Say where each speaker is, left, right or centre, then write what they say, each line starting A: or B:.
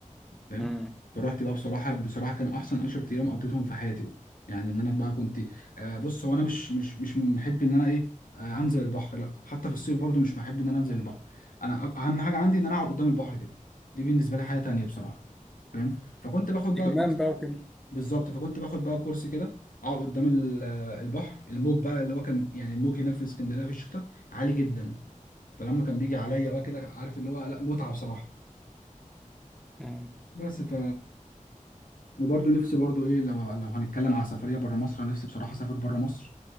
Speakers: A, on the left; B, in the centre.
A: فاهم
B: مم.
A: فروحت بقى بصراحه بصراحه كان احسن 10 ايام قضيتهم في حياتي بقى. يعني ان انا بقى كنت آه، بص هو انا مش مش مش من محب ان انا ايه آه، انزل البحر لا حتى في الصيف برضو مش محب ان انا انزل البحر انا أ- اهم حاجه عندي ان انا اقعد قدام البحر كده دي بالنسبه لي حاجه تانيه بصراحه فاهم فكنت باخد
B: استجمام
A: بقى
B: بقى وكده
A: بالظبط فكنت باخد بقى كورس كده اقعد قدام ال- آه، البحر الموج بقى اللي هو كان يعني الموج هناك في اسكندريه في الشتاء عالي جدا فلما كان بيجي عليا بقى كده عارف اللي هو لا متعه بصراحه
B: مم.
A: بس ف وبرضه نفسي برضه ايه لو لو هنتكلم على سفريه بره مصر أنا نفسي بصراحه اسافر بره مصر